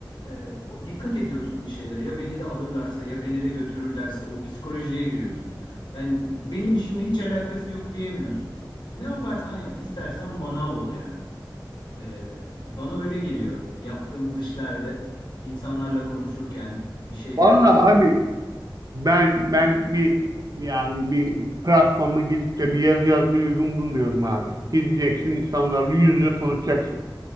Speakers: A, on the left; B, on the right.
A: e, o dikkat ediyorsun bir şeylere. Ya beni de alırlarsa ya beni de götürürlerse o psikolojiye giriyorsun. Yani benim işimle hiç alakası yok diyemiyorsun. Ne yaparsan yap, istersen manav ol yani. Ee, bana öyle geliyor. Yaptığımız işlerde insanlarla konuşurken, bir şeyleri
B: Vallahi
A: anlatırken.
B: abi ben ben bir yani bir platforma gidip de bir yazı yazmayı uygun bulmuyorum abi. Gideceksin insanlarla yüz yüze konuşacaksın.